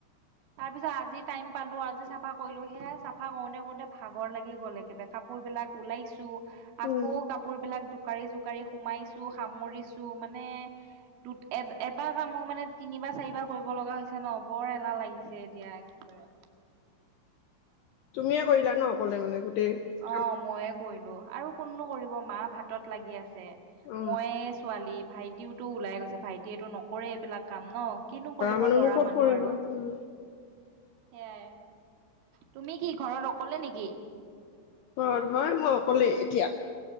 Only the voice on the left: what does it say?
উম
তুমিয়ে কৰিলা ন অকলে মানে গোটেই
কাম
অ
মানুহনো
ক'ত
কৰিব
উম
ঘৰত হয় মই অকলে এতিয়া।